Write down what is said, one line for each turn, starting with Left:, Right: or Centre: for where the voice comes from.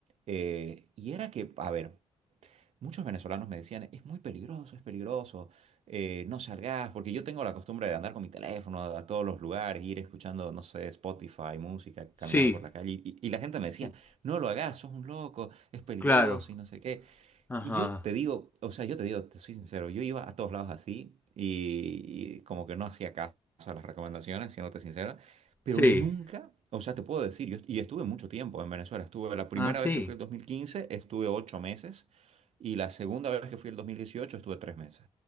Right: eh, y era que, a ver, Muchos venezolanos me decían, es muy peligroso, es peligroso, eh, no salgas, porque yo tengo la costumbre de andar con mi teléfono a, a todos los lugares, ir escuchando, no sé, Spotify, música, caminando
Left: Sí,
Right: por la calle, y, y la gente me decía,
Left: sí,
Right: no lo hagas, sos un loco, es peligroso
Left: claro.
Right: y no sé qué.
Left: Ajá.
Right: Y yo te digo, o sea, yo te digo, te soy sincero, yo iba a todos lados así y, y como que no hacía caso a las recomendaciones, siéndote sincera, pero
Left: Sí.
Right: nunca, o sea, te puedo decir, yo est- y estuve mucho tiempo en Venezuela, estuve la primera
Left: Ah, sí.
Right: vez que fui el 2015, estuve ocho meses, y la segunda vez que fui el 2018 estuve tres meses.